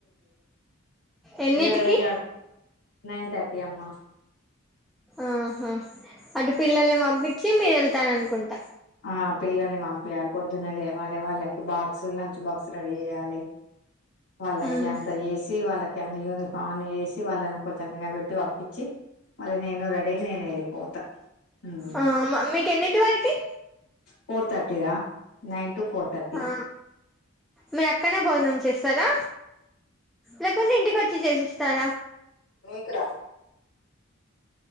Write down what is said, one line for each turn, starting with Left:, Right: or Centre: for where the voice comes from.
Centre: ఎన్నిటికి
Left: ఇగ ఇగ నైన్ థర్టీ అమ్మా
Centre: ఆహా అటు పిల్లల్ని పంపిచ్చి మీరు వెళ్తారు అనుకుంటా
Left: ఆ పిల్లల్ని పంపియాలి పొద్దున్నే లేవాలి వాళ్ళకి బాక్స్ లంచ్ బా క్స్ రెడీ చేయాలె వాళ్ళకి
Centre: మ్మ్
Left: అంత చేసి వాళ్ళకి అన్నీ యూనిఫాం వేసి వాళ్ళని కొంచెం తినబెట్టి వంపిచ్చి మళ్ళీ నేను రెడీ అయి నేను వెళ్ళిపోతా ఉమ్
Centre: ఆ మీకు ఎన్నింటి వరకి
Left: ఫోర్ థర్టీ రా నైన్ టు ఫోర్ థర్టీ
Centre: ఆ మీరు అక్కనే భోజనం చేస్తారా లేకుండా ఇంటికి వచ్చి చేసిస్తారా
Left: మీకురా